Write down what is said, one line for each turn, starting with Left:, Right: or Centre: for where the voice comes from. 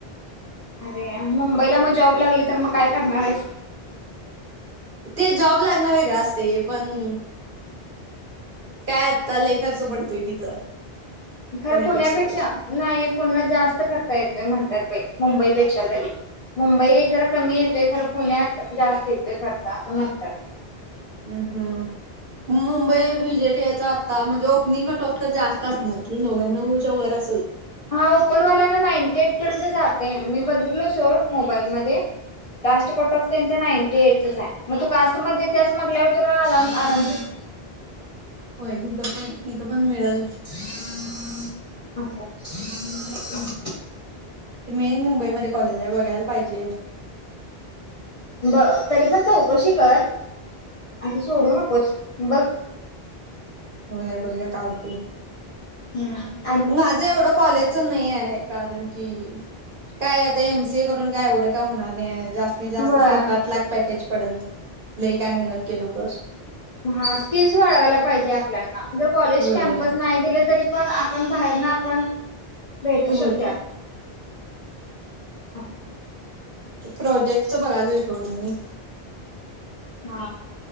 Left: अरे मुंबईला मंग जॉब लागली तरं मंग कायं करणारं आहेस
Right: ते जॉब लागणं वेगळं असतंय पणं कायं आंता लंय खर्च पडतोय तिथं
Left: खरं
Right: पुण्यापेक्षा
Left: पुण्यांपेक्षा
Right: तर
Left: नाहीं पुण्यांत जास्तं खर्च येतोय म्हणतांत बाई मुंबईपेक्षा तरी मुंबई जरां कमी येते खरं पुण्यांत जास्तं येतं खर्च असं म्हणतांत
Right: हम्मं हम्मं मुंबई वि्हजेट यांच्यात आंत्ता म्हणजे ओपनिंग कंट ऑफ तरं जास्तं असणारं की नव्याण्णव त्यां वरं असेल
Left: हां ओपनवांल्या नां नाईंटी एटं पर्यंत जाते मी बघितलो सोर मोबाईल मध्यें लांस्ट कोर्ट ऑफ त्यांच नाईंटी एटंच आहे मगं तूं कांस्ट मध्यें त्यांस म्हटल्यांवर तुलां आराम आराम
Right: होयं तिथं पणं तिथं पणं मिळेल
Left: हम्मं हम्मं असं
Right: ते मेन मुंबईमध्यें कॉलेज आहे बघांयला पाहिजे
Left: बरं तरी पणं चौकशी करं आणि सोडूं नकोसं बघं
Right: होयं बघूंया कांवती
Left: हम्मं
Right: माझं एवढं कॉलेजचं नाहीं आहे कारणं की कायं आंता एमसीए करूंन कायं एवढं कायं होणारं नाहीं जास्तं जास्तं
Left: व्हय
Right: सात आंठ लांख पॅकेज पडेल लंय कायं मेहनत केलं तरं
Left: हां स्किल्स वाढवांयला पाहिजे आपल्यांना जरं कॉलेज
Right: होय
Left: कॅम्पस नाहीं दिलं तरी पणं आपणं बाहेर नां आपणं भेटूं
Right: होय
Left: शकत्यांत असं
Right: प्रोजेक्टच बघांलोय नोट मी
Left: हां